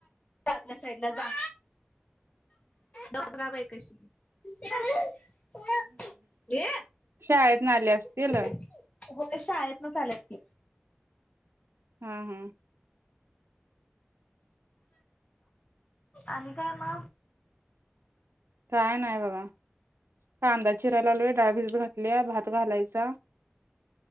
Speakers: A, on the left; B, on the right.
A: जा साईड ला जा दौदलाबाई कशी घे
B: शाळेतनं आले असतील
A: हो
B: हा
A: शाळेत न चाल्यात की
B: हा हा
A: आणि काय मग?
B: काय नाही बाबा. कांदा चिरा लावलोया डाळबीज घातल्या भात घालायचा.